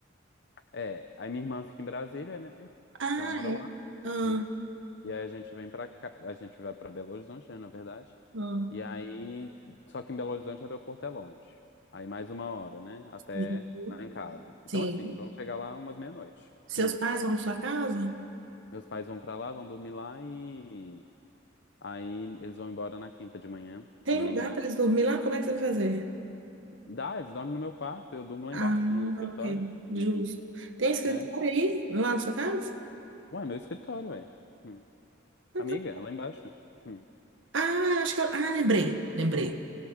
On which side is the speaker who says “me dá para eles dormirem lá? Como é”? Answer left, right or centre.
Right